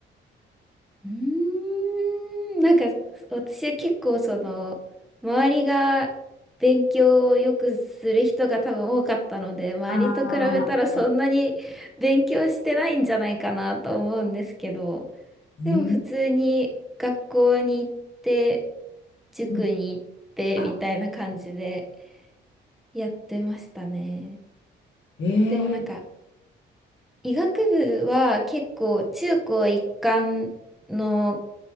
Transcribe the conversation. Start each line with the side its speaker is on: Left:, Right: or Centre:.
Centre: うーん、なんか私は結構その周りが勉強をよくする人が多分多かったので周りと比べたらそんなに勉強してないんじゃないかなと思うんですけど
Left: ああ、ええ
Centre: でも普通に学校に行って塾に行ってみたいな感じで
Left: うんあ、
Centre: やってましたね。
Left: え
Centre: でもなんか医学部は結構中高一貫の